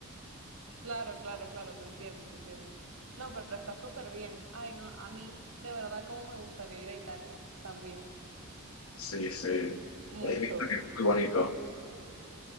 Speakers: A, on the right; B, on the left.
A: Claro, claro, claro, te entiendo, te entiendo. No, pero está súper bien. Ay, no, a mí de verdad como me gustaría ir a Italia también.
B: Sí, sí.
A: Mucho.
B: He visto que es muy bonito.